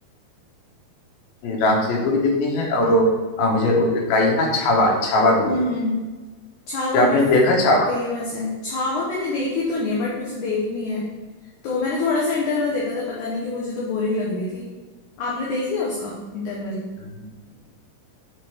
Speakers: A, on the left; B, on the left.
A: राम सेतु भी देखनी है और वो, अ, मुझे वो एक आई है ना छावा छावा भी
B: हम्म
A: देखनी
B: हम्म
A: है
B: छावा
A: क्या आपने
B: भी
A: देखा छावा
B: फेमस है छावा मैंने देखी तो नहीं है बट मुझे देखनी है तो मैंने थोड़ा सा इंटरवल देखा था पता नहीं क्यों मुझे तो बोरिंग लग रही थी आपने देख लिया उसका इंटरवल
A: हम्म।